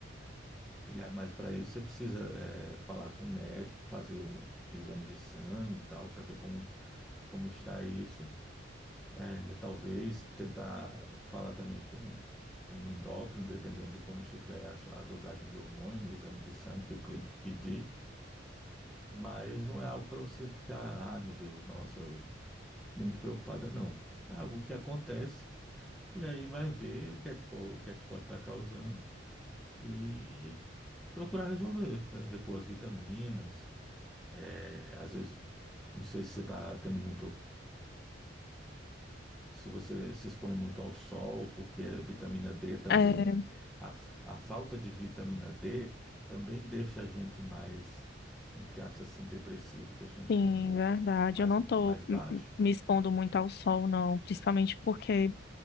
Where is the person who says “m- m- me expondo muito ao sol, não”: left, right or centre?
Left